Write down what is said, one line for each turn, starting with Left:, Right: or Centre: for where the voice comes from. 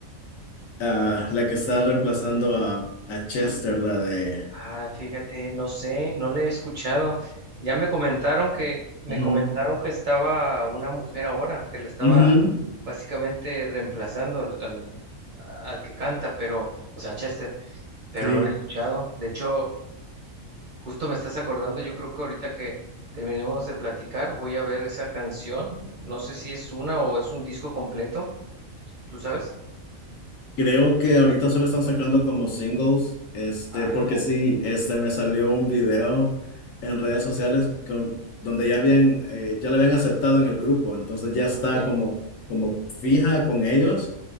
Left: ah, la que está reemplazando a, a Chester, la de...
Right: Ah, fíjate, no sé, no le he escuchado. Ya me comentaron que, me
Left: ujú,
Right: comentaron que estaba una mujer ahora, que la estaba
Left: ujú,
Right: Ujú. básicamente reemplazando al, al, al que canta, pero, o sea, Chester, pero
Left: sí.
Right: no le he escuchado. De hecho, justo me estás acordando, yo creo que ahorita que terminemos de platicar, voy a ver esa canción. No sé si es una o es un disco completo, ¿tú, tú sabes?
Left: Creo que ahorita solo están sacando como singles, este,
Right: Ah,
Left: porque
Right: ya,
Left: sí, este, me salió un video en redes sociales con- donde ya habían, eh, ya le habían aceptado en el grupo, entonces ya está
Right: ok.
Left: como, como fija con ellos,